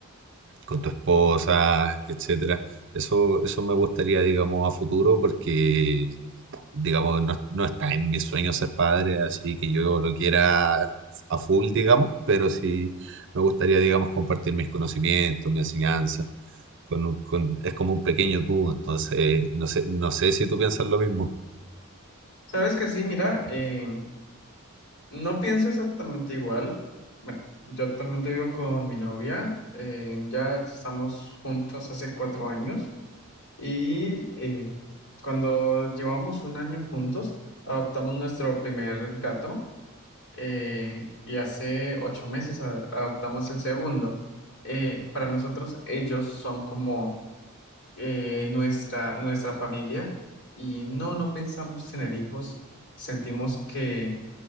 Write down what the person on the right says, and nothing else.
con tu esposa, etcétera. Eso, eso me gustaría, digamos, a futuro porque, digamos, no, no está en mis sueños ser padre, así que yo lo quiera a full, digamos, pero sí me gustaría, digamos, compartir mis conocimientos, mi enseñanza. Con, un- con- es como un pequeño tú, entonces no sé, no sé si tú piensas lo mismo.